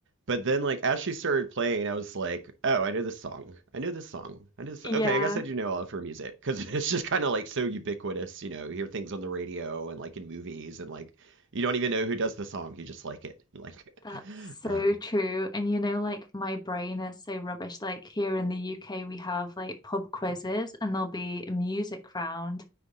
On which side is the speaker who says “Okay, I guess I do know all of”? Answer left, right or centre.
Right